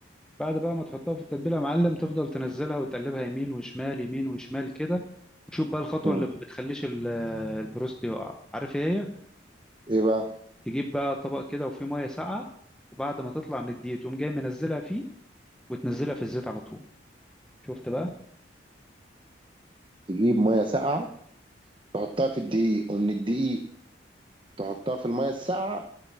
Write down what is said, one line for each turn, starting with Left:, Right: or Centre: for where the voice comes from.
Centre: بعد بقى ما تحطها في التتبيله يا معلم تفضل تنزلها وتقلبها يمين وشمال يمين وشمال كده وشوف بقى الخطوه
Right: مم.
Centre: اللي ما بتخليش ال- البروست يقع عارف ايه هي
Right: ايه بقى
Centre: تجيب بقى طبق كده وفيه ميه ساقعه وبعد ما تطلع من الدقيق تقوم جاي منزلها فيه وتنزلها في الزيت على طول شفت بقى
Right: تجيب ميه ساقعه تحطها في الدقيق ومن الدقيق تحطها في الميه الساقعه